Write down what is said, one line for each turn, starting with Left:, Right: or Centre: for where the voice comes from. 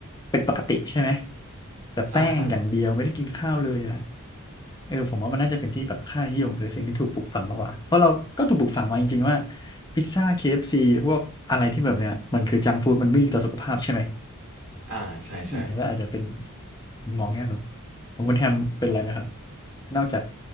Left: เป็นปกติใช่ไหมแต่แป้งอย่างเดียวไม่ได้กินข้าวเลยอ่ะ
Right: อ่าฮะ
Left: เออผมว่ามันน่าจะเป็นที่แบบค่านิยมหรือสิ่งที่ถูกปลูกฝังมากกว่าเพราะเราก็ถูกปลูกฝังมาจริงๆว่าพิซซ่า k ซีพวกอะไรที่แบบเนี้ยมันคือจังฟู้ดมันไม่ดีต่อสุขภาพใช่ไหม
Right: อ่าใช่ใช่
Left: อืมแล้วก็อาจจะเป็นมุมมองแง่ลบของคุณแฮมเป็นอะไรไหมครับนอกจาก